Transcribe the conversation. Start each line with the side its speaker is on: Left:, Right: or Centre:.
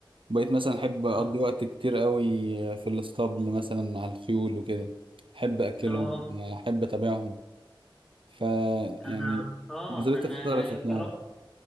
Right: بقيت مثلا احب اقضي
Centre: اه
Right: وقت كتير قوي في الاسطبل مثلا مع الخيول وكده احب اكلهم
Centre: اه
Right: آه، احب اتابعهم ف
Centre: انا
Right: يعني
Centre: اه
Right: نظرتي
Centre: انا
Right: اختلفت
Centre: انا جربت
Right: يعني